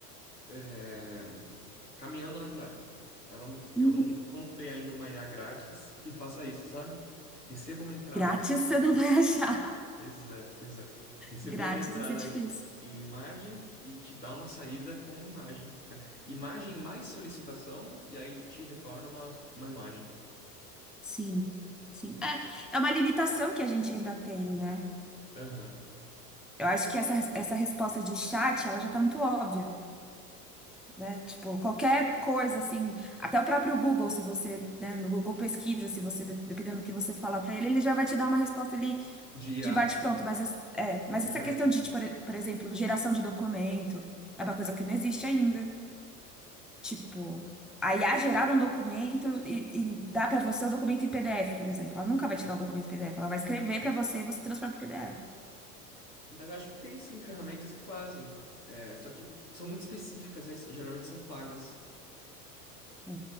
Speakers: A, on the left (about 90°); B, in the centre.
A: é, caminhando na praia. Ela não, eu
B: Uhum.
A: não encontrei ainda uma IA grátis que faça isso, sabe? Receba uma entrada,
B: Grátis <laughs> você não vai <laughs> achar.
A: Pois é, pois é. Receber
B: Grátis
A: uma entrada
B: vai ser difícil.
A: em, em imagem e te dá uma saída como imagem. né? Imagem mais solicitação e aí te retorna uma, uma imagem.
B: Sim, sim. É, é uma limitação que a gente ainda tem, né?
A: Aham.
B: Eu acho que essa, essa resposta de chat, ela já tá muito óbvia. né? Tipo, qualquer coisa assim, até o próprio Google, se você, né, no Google pesquisa, se você, dependendo do que você falar para ele, ele já vai te dar uma resposta ali
A: De IA,
B: de bate-pronto. Mas, as- é, mas
A: verdade.
B: essa questão de, tipo, por por exemplo, geração de documento, é uma coisa que não existe ainda. Tipo, a IA gerar um documento e, e dá para você o documento em PDF, por exemplo. Ela nunca vai te dar o documento em PDF, ela vai escrever para você e você transforma em PDF.
A: Mas acho que tem sim ferramentas que fazem. É, só que são muito específicas, aí so- geralmente são pagas.
B: É.